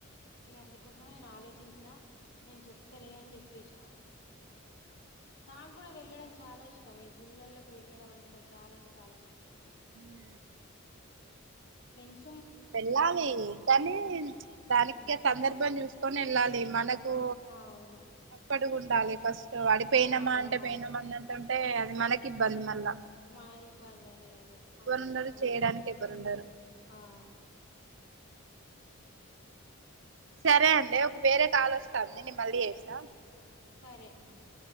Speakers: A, on the left; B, on the right.
A: ఇగ అందుకోసమే నేను ఆలోచించి. చేపిన నేను చెప్తలే అని చెప్పేసిన. తాల్. నాకు కూడా వెళ్ళడం చాలా ఇష్టం, ఈ గుళ్ల్లోకి వెళ్ళడం అంటే నాకు చాలా అంటే చాలా ఇష్టం.
B: హ
A: మేన్స్.
B: వెళ్ళాలి కానీ దానికి
A: ఉమ్
B: సందర్భాం చూసుకో. వెళ్ళాలి మనకు.
A: అవును
B: ఓ పడుగు ఉండాలలే. పాస్ తోఅడియినమ్మా
A: అవునవును
B: అంటే పయినమ్మా అని అంటాండ్ టే అది మనకి ఇబ్బంద్ మల్ల
A: మా ఇబ్బంది అదే అదే అందుకోసమనే.
B: ఉండరు చేయడానికి ఎవరు ఉండరు
A: ఆహ్
B: సరే అండి ఒక వేరే కాలోస్తాంది. నేన్ మళ్ళీ చేస్తా
A: సరే ఆహ్